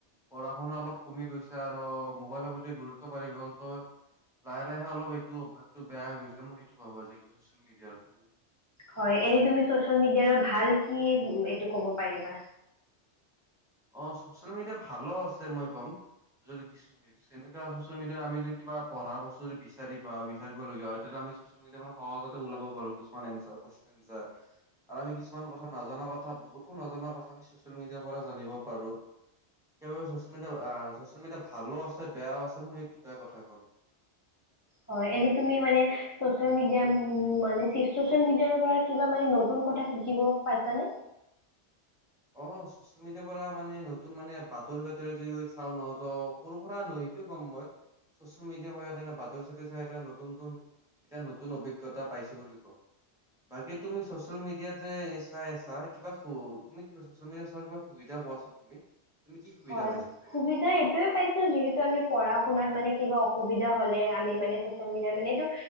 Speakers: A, in the centre; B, on the left (about 25°).
A: পঢ়া শুনা অলপ কমি গৈছে আৰু মোবাইলৰ প্ৰতি গুৰুত্ব বাঢ়ি গ'ল, ত' লাহে, লাহে, অলপ এইটো, অভ্যাসটো বেয়া হৈ গৈছে, মই সেইটো ভাবো আজিকালি ছচিয়েল মিডিয়াৰ কাৰণে।
B: হয়, এনেই তুমি চচিয়েল মিডিয়াৰ ভাল কি, এইটো ক'ব পাৰিবা।
A: অ', ছচিয়েল মিডিয়া ভাল আছে মই কম, যদি কিছু <unintelligible> এনেকে চচিয়েল মিডিয়াত, আমি যদি কিবা পঢ়া বস্তু যদি বিচাৰি বা বিচাৰিব লগীয়া হয় তেতিয়া আমি চচিয়েল <unintelligible> কেতিয়া সহজতে ওলাব পাৰো কিছুমান এনচাৰ কুৱেচন এনচাৰ। আৰু আমি কিছুমান কথা নাজনা কথা, বহুতো নজনা কথা, আমি চচিয়েল মিডিয়াৰ পৰা জানিব পাৰো। সেইবাবে চচিয়েল মিডিয়া আ, ছচিয়েল মিডিয়া ভালো আছে বেয়াও আছে মই সেই দুটাই কথা ক'ম।
B: হয়, এনেই তুমি মানে। চচিয়েল মিডিয়া উম, মানে চি চচিয়েল মিডিয়াৰ পৰা কিবা মানে নতুন কথা শিকিব পাইছানে?
A: অ', চচি চচিয়েল মিডিয়াৰ পৰা মানে নতুন মানে বাতৰি চাতৰি যদি চাওঁ নহয় ত সৰু পৰা নহয় সেইটোৱে কম মই। চচিয়েল মিডিয়া পৰা এনেকে বাতৰি চাতৰি চাই এটা নতুন নতুন এতিয়া নতুন অভিজ্ঞতা পাইছো বুলি কওঁ। বাকী তুমি চচিয়েল মিডিয়াত যে চাই আছা, কিবা সু তুমি কিবা চচিয়েল মিডিয়া চোৱাৰ কিবা সুবিধা কোৱাচোন তুমি। তুমি কি সুবিধা
B: হয়,
A: পাইছা চাই কেনে?
B: সুবিধা এইটোৱে পাইছো যিহেতু আমি পঢ়া শুনাত মানে কিবা অসুবিধা হ'লে আমি মানে চচিয়েল মিডিয়াৰ মানে এইটো